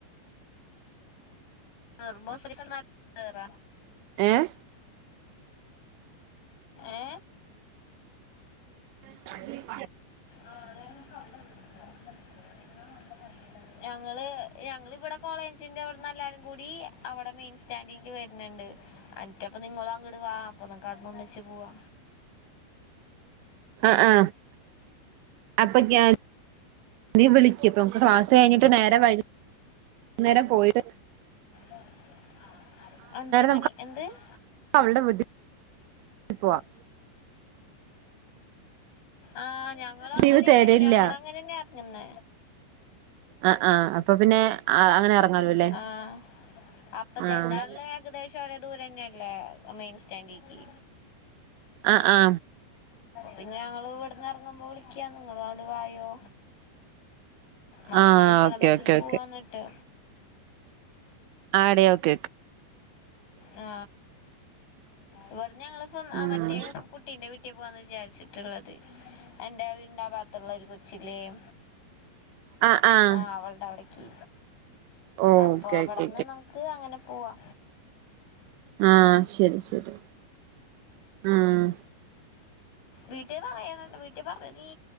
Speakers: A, on the left (about 85°); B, on the right (about 80°).
A: ആം ഹോസ്റ്റൽ കടന്ന കേറ
B: ഏഹ്
A: ഏ
B: <unintelligible>
A: ആഹ് അന്നേരം നമ്മക്ക് അവിടെ വീട്ടിൽ പോവാം ഞങ്ങള് ഞങ്ങിവിടെ കോളേജിന്റെ ഇവിടെന്ന്ല്ലാരും കൂടി അവിടെ മെയിൻ സ്റ്റാൻഡിലേക്ക് വര്ന്ന്ണ്ട് മറ്റപ്പ നിങ്ങളും അങ്കടുവാ അപ്പൊ നിങ്ങ അവട്ന്ന് ഒന്നി ച് പോവാ
B: ആ ആ അപ്പൊ ഞാ നീ വിളിക്ക് അപ്പ നമുക്ക് ക്ലാസ് കഴിഞ്ഞിട്ട് നേരെ വ ന്നേരം പോയിട്
A: അത് ആഹ് അഞ്ച് മണി
B: നമുക്ക്
A: എന്ത് <unintelligible>
B: അവളുടെ വീട്ടിൽ പോവാം
A: ആ ഞങ്ങളും അങ്ങനെന്ന
B: ലീവ് തരില്ല
A: ഞങ്ങ അങ്ങനെ തന്നെയ ഇറങ്ങുന്ന
B: ആഹ് ആഹ് അപ്പൊ പിന്നെ അങ്ങനെ ഇറങ്ങാലോ അല്ലേ
A: ആ അപ്പൊ
B: ആഹ്
A: എന്താണല്ല ഏകദേശം രെ ദൂര തന്നെയല്ല മെയിൻ സ്റ്റാൻഡിക്ക്
B: ആ ആ
A: പിന്നെ ഞങ്ങള് ഇവിടുന്ന് ഇറങ്ങുമ്പോ വിളിക്കാ നിങ്ങള് അങ്ങട് വായോ നമുക്ക്
B: ആഹ്
A: കിട്ടണ
B: ഓക്കെ
A: ബസില്
B: ഓക്കെ
A: പോവാന്നിട്ട്
B: ഓക്കെ ആടി ഒക്കെ ക്കെ
A: ആ ഇവിടെന്ന് ഞങ്ങളിപ്പോ ആ
B: ഉം
A: മറ്റേ കുട്ടീന്റെ വീട്ടിൽ പോകന്ന് വിചാരിച്ചിട്ടുള്ളത് എന്റെറെ വീട് വാത്തുള്ള ഒരു കൊച്ചിലേയ്
B: ആഹ് ആഹ്
A: ആ അവളുടെ അവിടക്ക്
B: ഓക്കെ
A: അപ്പൊ അവിടുന്ന്
B: ഓക്കെ
A: നമുക്ക് അങ്ങനെ പോവാ
B: ആ ശരി ശരി ഉം
A: വീട്ടേ പറയാണം വീട്ടിൽ പറഞ്ഞ നീ